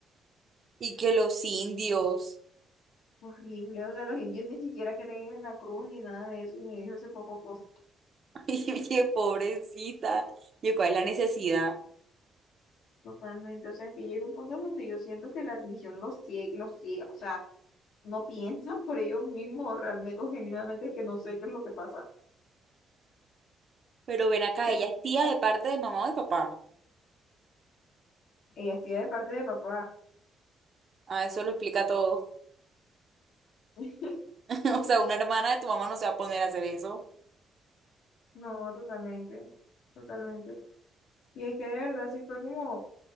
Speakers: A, on the right (about 40°); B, on the left (about 80°).
A: Y que los indios.
B: Horrible, o sea, los indios ni siquiera creen en la cruz ni nada de eso, y me dijo ese poco cosa,
A: <laughs> Y oye, pobrecita. Y cuál es la necesidad.
B: totalmente, o sea, es que llega un punto donde yo siento que la religión los ciega, los ciega, o sea, no piensan por ellos mismos realmente, o genuinamente que no sé qué es lo que pasa.
A: Pero ven acá,
B: Que,
A: ella
B: pues,
A: es tía de parte de mamá o de papá.
B: Ella estoy de parte de papá,
A: Ah, eso lo explica todo.
B: <laughs>
A: <laughs> O sea, una hermana de tu mamá no se va a poner a hacer eso.
B: no, totalmente, totalmente. Y es que de verdad sí fue como...